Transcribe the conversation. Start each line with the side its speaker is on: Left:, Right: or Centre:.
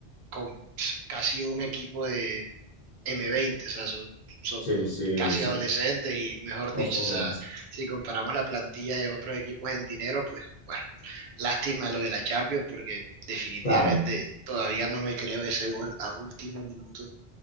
Right: con casi un equipo de M20, o sea, son, son
Left: sí, sí,
Right: casi
Left: son,
Right: adolescentes y mejor
Left: son
Right: dicho,
Left: jóvenes.
Right: o sea, si comparamos la plantilla de otros equipos en dinero, pues bueno, lástima lo de la Champions porque definitivamente
Left: Claro,
Right: todavía no me creo ese gol a último minuto,